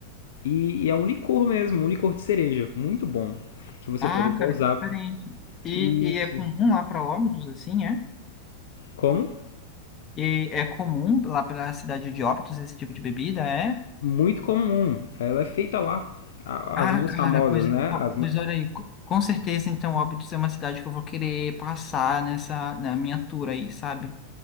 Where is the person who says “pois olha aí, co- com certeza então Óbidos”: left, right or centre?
Left